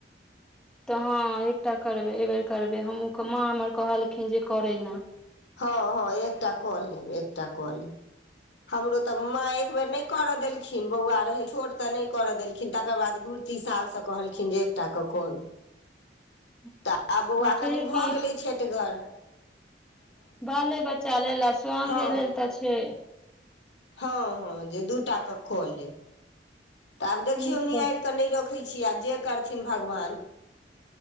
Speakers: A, in the centre; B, on the left.
A: तऽ हँ एकटा करबै एहि बेेर करबै हमु माँ हमर कहलखिन जे करै ना
B: हँ हँ एकटा कऽ लेब एकटा कऽ लेब हमरो तऽ माँ एक बेेर नहि करऽ देलखिन बौआ रहै छोट तऽ नहि करऽ देलखिन तकर बाद घुर्ती साल सब कहलखिन जे एकटाऽक करू
A: <inaudible>
B: तऽ आब बौआ
A: छै
B: कनि भऽ
A: कि
B: गेलै छठिगर
A: बाले बच्चा लेल ल स्वग
B: हँ
A: लेल तऽ छै
B: हँ हँ जे दू टा के क लेब त आब देखियौ
A: नीक कहै
B: निहार कऽ नहि रखै छी आब जे करथिन भगवान